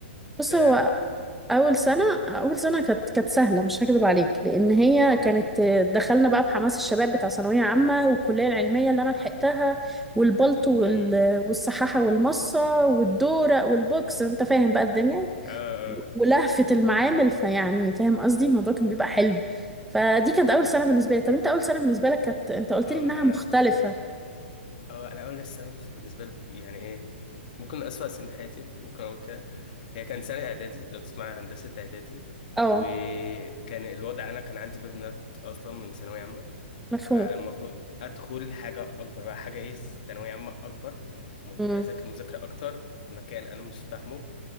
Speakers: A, in the centre; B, on the left (about 45°).
A: بص
B: ك...
A: هو اول سنة اول سنة كانت كانت سهلة مش هكذب عليك لان هي كانت
B: امم
A: دخلنا بقى بحماس الشباب بتاع ثانوية عامة والكلية العلمية اللي انا لحقتها والبلطو
B: امم
A: وال- والسحاحة والمصة والدورق والبوكس انت فاهم بقى الدنيا
B: اه اه
A: ولهفة المعامل فيعني فاهم قصدي الموضوع كان بيبقى حلو فدي كانت اول سنة بالنسبة لي طب انت اول سنة بالنسبة لك كانت انت قلت
B: آه،
A: لي انها
B: انا
A: مختلفة
B: اه انا اول الثانوي بالنسبه لي يعني ايه ممكن اسوأ سنين حياتي ممكن اقول كده هي كان سنه اعدادي لو تسمع هندسه اعدادي
A: اه
B: وكان الوضع انا كان عندي بيرن اوت اصلا من ثانويه عامه
A: مفهوم
B: فالمفروض ادخل حاجه اكبر بقى حاجه ايه ثانويه عامه اكبر المفروض
A: مم.
B: اذاكر مذاكره اكتر في مكان انا مش فاهمه